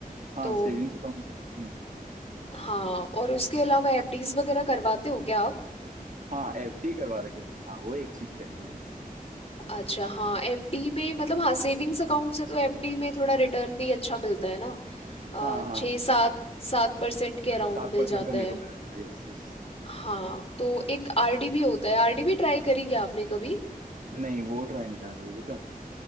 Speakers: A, on the right; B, on the left.
A: हाँ
B: तो
A: सेविंग्स अकाउंट में तो रखती है
B: हाँ और उसके अलावा एफडीज वगैरह करवाते हो क्या आप
A: हाँ एफडी करवा रखी है मैंने हाँ वो एक चीज करी है मैंने बस
B: अच्छा हाँ एफडी में मतलब हाँ सेविंग्स अकाउंट से तो एफडी में थोड़ा रिटर्न भी अच्छा मिलता है ना अ,
A: हाँ हाँ
B: छः
A: हाँ
B: सात
A: हाँ
B: सात परसेंट के अराउंड
A: सात
B: मिल
A: परसेंट
B: जाता
A: का मेरे
B: है
A: को मिल रहा है यस यस
B: हाँ तो एक आरडी भी होता है आरडी भी ट्राई करी क्या आपने कभी
A: नहीं वो ट्राई नहीं करा कभी वो क्या होता है